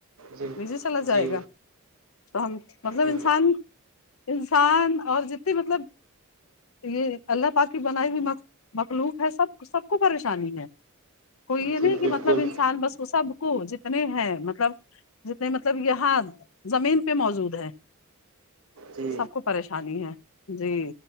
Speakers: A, on the right (about 70°); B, on the left (about 65°).
A: جی
B: نیچے چلا جائے
A: جی
B: گا تو ہم مطلب
A: جی
B: انسان انسان اور جتنے مطلب یہ اللہ پاکاکی بنائی ہوئی مخلوق ہے سب سب کو پریشانی ہے کوئی یہ نہیں
A: جی
B: کہ
A: بالکل
B: مطلب انسان بس وہ سب کو جتنے ہیں مطلب جتنے مطلب یہاں زمین پہ موجود ہے
A: جی
B: سب کو پریشانی ہے جی